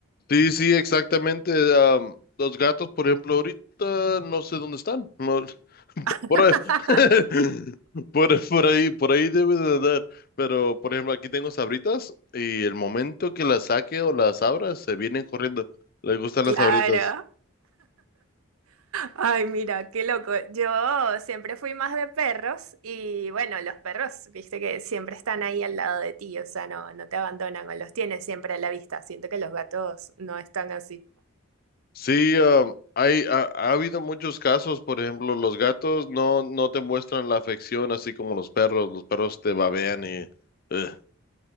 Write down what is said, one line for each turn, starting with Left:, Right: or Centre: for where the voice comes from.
Left: Sí, sí, exactamente. am, los gatos, por ejemplo, ahorita no sé dónde están. No, <laughs>
Right: <laughs>
Left: por ahí, <laughs> por, por ahí, por ahí debe de andar. Pero, por ejemplo, aquí tengo sabritas y el momento que las saque o las abra, se vienen corriendo. Les gustan
Right: Claro.
Left: las sabritas.
Right: Ay, mira, qué loco. Yo siempre fui más de perros y bueno, los perros, viste que siempre están ahí al lado de ti, o sea, no, no te abandonan o los tienes siempre a la vista. Siento que los gatos no están así.
Left: Sí, am, hay, ha, ha habido muchos casos. Por ejemplo, los gatos no, no te muestran la afección así como los perros. Los perros te babean y... eh,